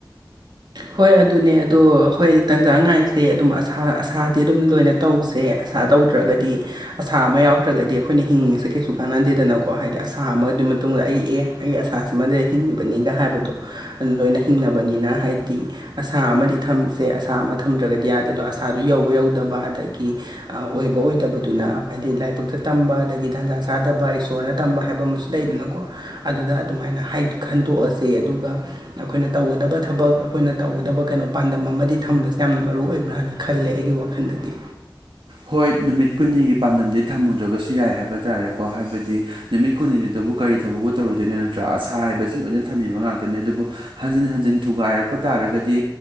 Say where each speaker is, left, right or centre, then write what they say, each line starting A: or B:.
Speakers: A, on the right; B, on the right.
A: ꯍꯣꯏ ꯑꯗꯨꯅꯦ ꯑꯗꯣ ꯍꯣꯏ ꯇꯥꯟꯖ ꯉꯥꯏ <unintelligible> ꯑꯗꯨꯝ ꯑꯁꯥ ꯑꯁꯥꯗꯤ ꯑꯗꯨꯝ ꯂꯣꯏꯅ ꯇꯧꯁꯦ ꯑꯁꯥ ꯇꯧꯗ꯭ꯔꯒꯗꯤ ꯑꯁꯥ ꯑꯃ ꯌꯥꯎꯇ꯭ꯔꯒꯗꯤ ꯑꯈꯣꯏꯅ ꯍꯤꯡꯉꯤꯁꯦ ꯀꯩꯁꯨ ꯀꯥꯟꯅꯗꯦꯗꯅꯀꯣ ꯍꯥꯏꯗꯤ ꯑꯁꯥ ꯑꯃꯗꯨ ꯃꯇꯨꯡꯗ ꯑꯩ ꯑꯦ ꯑꯩ ꯑꯁꯥꯁꯤꯃꯗ ꯍꯤꯡꯉꯤꯕꯅꯤꯒ ꯍꯥꯏꯕꯗꯣ ꯑꯗꯨ ꯂꯣꯏꯅ ꯍꯤꯡꯅꯕꯅꯤꯅ ꯍꯥꯏ ꯑꯁꯥ ꯑꯃꯗꯤ ꯊꯝꯁꯦ ꯑꯁꯥ ꯑꯃ ꯊꯝꯗ꯭ꯔꯒꯗꯤ ꯌꯥꯗꯦꯗꯣ ꯑꯁꯥꯗꯨ ꯌꯧꯕ ꯌꯧꯗꯕ ꯑꯗꯒꯤ ꯑ ꯑꯣꯏꯕ ꯑꯣꯏꯗꯕꯗꯨꯅ ꯍꯥꯏꯗꯤ ꯂꯥꯏꯕꯛꯇ ꯇꯝꯕ ꯑꯗꯒꯤ ꯇꯟꯖꯥ ꯆꯥꯗꯕ ꯏꯁꯣꯔꯅ ꯇꯝꯕ ꯍꯥꯏꯕ ꯑꯃꯁꯨ ꯂꯩꯗꯅꯀꯣ ꯑꯗꯨꯅ ꯑꯗꯨꯃꯥꯏꯅ ꯍꯥꯢ ꯈꯟꯗꯣꯛꯑꯁꯦ ꯑꯗꯨꯒ ꯑꯈꯣꯏꯅ ꯇꯧꯒꯗꯕ ꯊꯕꯛ ꯑꯈꯣꯏꯅ ꯇꯧꯒꯗꯕ ꯀꯩꯅꯣ ꯄꯥꯟꯗꯝ ꯑꯃꯗꯤ ꯊꯝꯕꯁꯦ ꯌꯥꯝꯅ ꯃꯔꯨ ꯑꯣꯏꯕ꯭ꯔꯥꯅ ꯈꯜꯂꯦ ꯑꯩꯒꯤ ꯋꯥꯈꯜꯗꯗꯤ
B: ꯍꯣꯏ ꯅꯨꯃꯤꯠ ꯀꯨꯟꯅꯤꯒꯤ ꯄꯥꯟꯗꯝꯗꯤ ꯊꯝꯃꯨꯗ꯭ꯔꯒꯁꯨ ꯌꯥꯏ ꯍꯥꯏꯕ ꯇꯥꯔꯦꯀꯣ ꯍꯥꯏꯕꯗꯤ ꯅꯨꯃꯤꯠ ꯀꯨꯟꯅꯤꯗꯕꯨ ꯀꯔꯤ ꯊꯕꯛꯄꯨ ꯇꯧꯔꯨꯗꯣꯏꯅꯣ ꯅꯠꯇ꯭ꯔꯥ ꯑꯁꯥ ꯍꯥꯏꯕꯁꯤ ꯂꯣꯏꯅ ꯊꯝꯃꯤꯕ ꯉꯥꯛꯇꯅꯤ ꯑꯗꯨꯕꯨ ꯍꯟꯖꯤꯟ ꯍꯟꯖꯤꯟ ꯊꯨꯒꯥꯏꯔꯛꯄ ꯇꯥꯔꯒꯗꯤ